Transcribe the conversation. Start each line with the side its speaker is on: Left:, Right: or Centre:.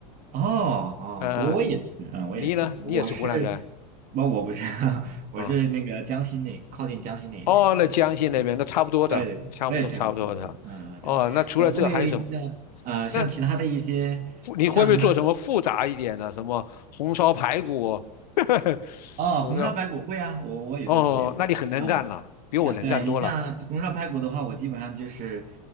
Right: 哦哦，
Left: 嗯、
Right: 我我也是，嗯，
Left: 你呢？
Right: 我也是，我是，
Left: 你也是湖南人
Right: 不，我不是，<laughs> 我是那个江西那靠近江西那边。
Left: 啊？哦，那江西那边那差不多的，
Right: 嗯对对对，
Left: 差不多差不多的。
Right: 我也确实差不多。嗯，
Left: 哦，
Right: 对，
Left: 那除了这个还有什么？
Right: 我会像呃像其他的一些像什么
Left: 那你会不会做什么复杂一点的，什么红烧排骨？<laughs>
Right: 哦，
Left: 红烧
Right: 红烧排骨会啊，我我有的时候也会做。
Left: 哦，那你很能干了，
Right: 嗯，
Left: 比我能干多了
Right: 那对你像红烧排骨的话，我基本上就是